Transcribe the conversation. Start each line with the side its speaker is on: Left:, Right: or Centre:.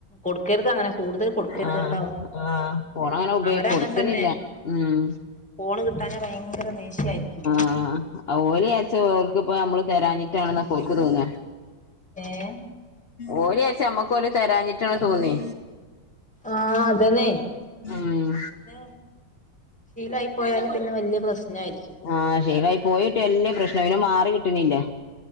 Centre: കൊടുക്കരുത് അങ്ങനെ കൂടുതൽ കൊടുക്കരുത്
Left: ആഹ്
Centre: ട്ടോ
Left: ആഹ് ഫോണങ്ങനെ ഉപയോഗിക്ക്
Centre: അവരങ്ങനെ
Left: കൊടുക്കലില്ലാ
Centre: തന്നെ
Left: ഉം
Centre: ഫോണ് കിട്ടാഞ്ഞാ ഭയങ്കര ദേഷ്യായിരിക്കും
Left: ആഹ് ആഹ് ആഹ് ഓല് വിചാരിച്ച് ഓൽക്ക്പ്പം ഞമ്മള് തെരാഞ്ഞിട്ടാണ്ന്നാ ഓലിക്ക് തോന്നാ
Centre: ഏഹ്
Left: ഓല് വിചാരിച്ചെ അമ്മക്ക് ഓല് തെരാഞ്ഞിട്ടാണ് തോന്നേ
Centre: ആഹ് അതന്നെ
Left: ഉം
Centre: അങ്ങനെ ശീലായി പോയ പിന്നെ വല്യ പ്രശ്നായിരിക്കും
Left: ആഹ് ശീലായി പോയിട്ടിയാ വല്യ പ്രശ്നാ പിന്നെ മാറി കിട്ടണില്ലാ